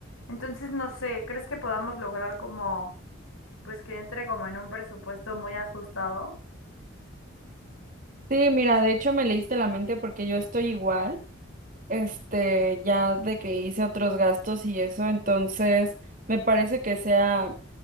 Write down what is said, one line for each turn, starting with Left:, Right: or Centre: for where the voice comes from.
Left: Entonces, no sé, ¿crees que podamos lograr como, pues que entre como en un presupuesto muy ajustado?
Right: Sí, mira, de hecho me leíste la mente porque yo estoy igual. este, ya de que hice otros gastos y eso, entonces me parece que sea